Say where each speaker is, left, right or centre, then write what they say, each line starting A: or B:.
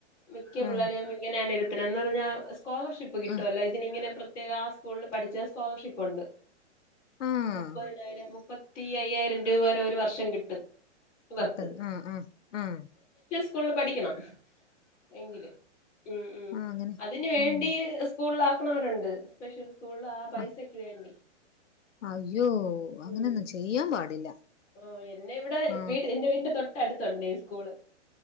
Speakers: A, on the left (about 20°); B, on the left (about 85°).
A: മിക്ക പിള്ളേരേം
B: ആഹ്
A: ഇങ്ങനെയാണ് <unintelligible> പറഞ്ഞാ സ്കോളർഷിപ്പ് കിട്ടോലോ
B: ആഹ്
A: ഇതിനിങ്ങനെ പ് ആ സ്കൂള്ൾ പഠിച്ചാ സ്കോളർഷിപ്പ് ഒണ്ട്
B: ആഹ്
A: മുപ്പതിനായിരം മുപ്പത് അയ്യായ്രം രൂപ വരെ ഒരു വർഷം കിട്ടും. ഇവർക്ക്
B: ക് ട്ടൽ അ അ ആ <unintelligible>
A: സ്കൂള്ൾ പഠിക്കെണം. എങ്കില് മ് മ്
B: ആഹ് അങ്ങനെ
A: അതിന്ന് വേൺ
B: ഉം
A: ഇല്ല സ്കൂളൾളാക്ക്ണവരുണ്ട് സ്പെഷ്യൽ സ്കൂൾളാ പൈസെക്ക്
B: ആ
A: വേണ്ടി
B: അയ്യോ അങ്ങനൊന്നും
A: ഉം
B: ചെയ്യാം പാടില്ല
A: ഓ എന്നെ ഇവ്ടെ
B: ആ
A: വീട്ട്ല് എന്റെ വീട്ൻ്ററ്റ തൊട്ടടുത്തുണ്ടേ ഈ സ്കൂള്